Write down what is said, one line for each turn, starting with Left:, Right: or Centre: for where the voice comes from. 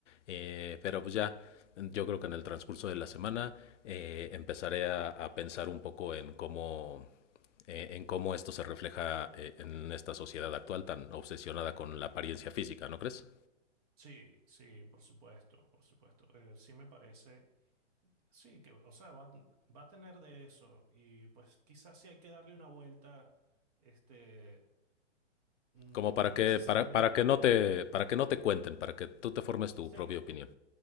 Left: Eh, pero pues ya, yo creo que en el transcurso de la semana eh, empezaré a, a pensar un poco en cómo, eh, en cómo esto se refleja eh, en esta sociedad actual tan obsesionada con la apariencia física, ¿no crees?
Right: Sí, sí, por supuesto, por supuesto. Eh, sí me parece, sí, que, o sea, va, a va a tener de eso y pues quizás sí hay que darle una vuelta, este, mm,
Left: Como para
Right: no necesariamente.
Left: que, para, para que no te, para que no te cuenten, para que tú te formes tu
Right: Sí,
Left: propia opinión.